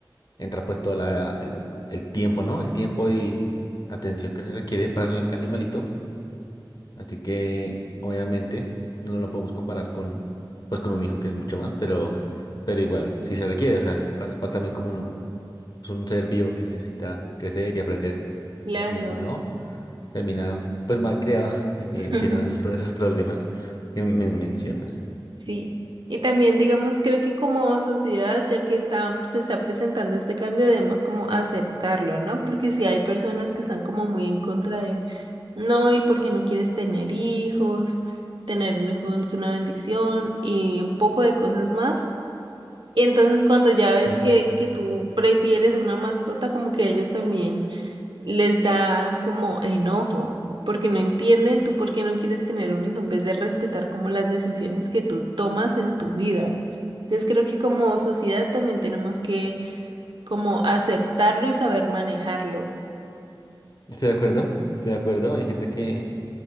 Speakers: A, on the left (about 55°); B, on the right (about 70°).
A: entra pues todo el, el tiempo, ¿no? El tiempo y atención que se requiere para el animalito. Así que obviamente no lo podemos comparar con, pues, con un hijo que es mucho más, pero, pero igual, sí se requiere. O sea, es, pa- es pa- también como uno, es un ser vivo que necesita crecer y aprender.
B: claro.
A: Y si no, termina pues mal creado <laughs> y,
B: <laughs>
A: y empiezan
B: Ujú,
A: esos, pro- esos problemas que me mencionas.
B: Sí, y también digamos, creo que como sociedad, ya que está, se está presentando este cambio, debemos como aceptarlo, ¿no? Porque si hay personas que están como muy en contra de, no, y porque no quieres tener hijos, tener un hijo es una bendición y un poco de cosas más. Y entonces cuando ya ves
A: Sí,
B: que, que tú prefieres una mascota, como que ellos también... les da como enojo, porque no entienden tú por qué no quieres tener un hijo en vez de respetar como las decisiones que tú tomas en tu vida. Entonces creo que como sociedad también tenemos que como aceptarlo y saber manejarlo.
A: estoy de acuerdo, estoy de acuerdo. Hay gente que